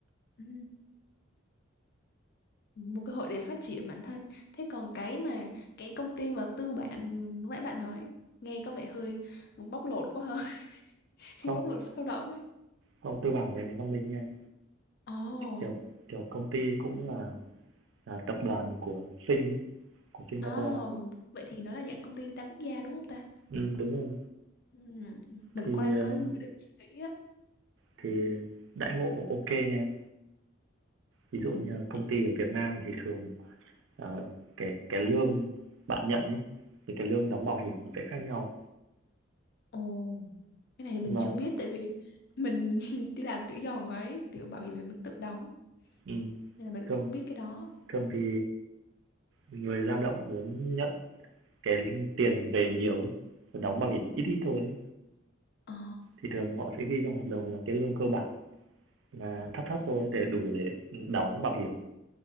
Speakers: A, on the left (about 55°); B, on the right (about 65°).
A: ừ. một cơ hội để phát triển bản thân thế còn cái mà cái công ty mà tư bản lúc nãy bạn nói nghe có vẻ hơi bóc lột quá hơn
B: Không,
A: <laughs> bóc lột sức lao động ấy
B: không tư bản này văn minh nha.
A: ồ
B: Kiểu kiểu công ty cũng là là tập đoàn của Sing ấy, của Singapore.
A: à, vậy thì nó là dạng công ty đa quốc gia đúng không ta
B: Ừ, đúng rồi.
A: Ừ, mình
B: Thì
A: cũng đang
B: ờ,
A: có dự định suy nghĩ á
B: thì đãi ngộ ok nha. Ví dụ như là công
A: Để-
B: ty ở Việt Nam thì thường ờ, cái cái lương bạn nhận ấy thì cái lương đóng bảo hiểm nó sẽ khác nhau.
A: Ồ. cái này thì mình
B: nhưng Mà
A: chưa biết tại vì mình <laughs> đi làm tự do ngoài ấy, kiểu bảo hiểm thì mình tự đóng
B: ừ,
A: nên là mình
B: thường
A: cũng không biết cái đó
B: thường thì người lao động muốn nhận cái tiền về nhiều ấy còn đóng bảo hiểm ít ít thôi ấy,
A: Ờ.
B: thì thường họ sẽ ghi trong hợp đồng là cái lương cơ bản là thấp thấp
A: Ừ.
B: thôi để đủ để đóng bảo hiểm